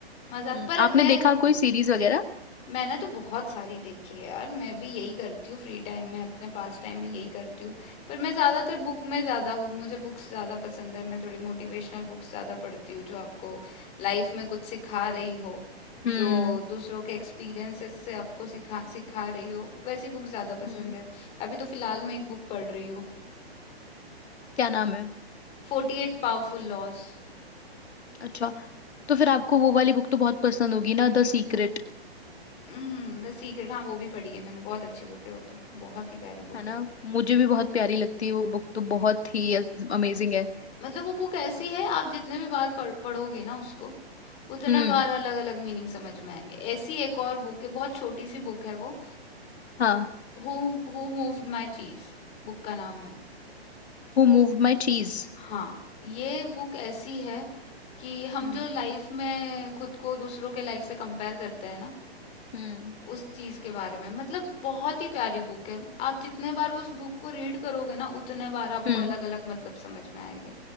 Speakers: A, on the left; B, on the left.
A: मजा
B: हम्म,
A: पर
B: आपने
A: मैं
B: देखा कोई सीरीज वगैरह
A: मैंने तो बहुत सारी देखी है यार मैं भी यही करती हूँ फ्री टाइम में अपने पास टाइम में यही करती हूँ पर मैं ज़्यादातर बुक में ज़्यादा हूँ मुझे बुक्स ज़्यादा पसंद है मैं थोड़ी मोटिवेशनल बुक्स ज़्यादा पढ़ती हूँ जो आपको लाइफ में कुछ सिखा रही हो
B: हम्म
A: जो दूसरों के एक्सपीरियंसेस से आपको सिखा सिखा रही हो वैसी बुक ज़्यादा पसंद
B: हम्म
A: है अभी तो फ़िलहाल मैं एक बुक पढ़ रही हूँ
B: क्या नाम है
A: फोर्टी एट powerful laws
B: अच्छा तो फिर आपको वो वाली बुक तो बहुत पसंद होगी ना द सीक्रेट
A: Hmm the secret हाँ वो भी पढ़ी है मैंने बहुत अच्छी बुक है वो तो बहुत ही प्यारी बुक
B: है ना
A: है
B: मुझे भी बहुत प्यारी लगती है वो बुक तो बहुत ही अमेजिंग है
A: मतलब वो बुक ऐसी है आप जितने भी बार पढ़, पढ़ोगे ना उसको उतना
B: हम्म
A: बार अलग अलग मीनिंग समझ में आएंगे ऐसी एक और बुक है बहुत छोटी सी बुक है वो
B: हाँ
A: who who moved my cheese book का नाम है
B: Who moved my cheese
A: हाँ ये बुक ऐसी है कि हम
B: हम्म
A: जो लाइफ में खुद को दूसरों के लाइफ से कंपेयर करते हैं ना
B: हम्म
A: उस चीज के बारे में मतलब बहुत ही प्यारी बुक है आप जितने बार उस बुक को रीड करोगे ना उतने बार आपको
B: हम्म
A: अलग अलग मतलब समझ में आएंगे